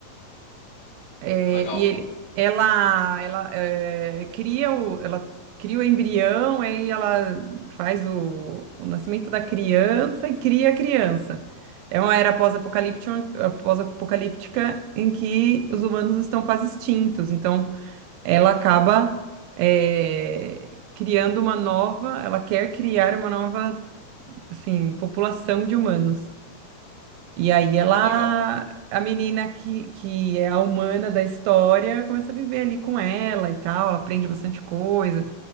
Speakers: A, on the right; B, on the left.
A: É,
B: Legal.
A: e ele, ela, ela é, cria o, ela cria o embrião, aí ela faz o, o nascimento da criança e cria a criança. É uma era pós-apocalíptica, pós-apocalíptica em que os humanos estão quase extintos. Então, ela acaba é, criando uma nova, ela quer criar uma nova, assim, população de humanos. E aí ela,
B: Ah, que legal.
A: a menina que, que é a humana da história, começa a viver ali com ela e tal, ela aprende bastante coisa.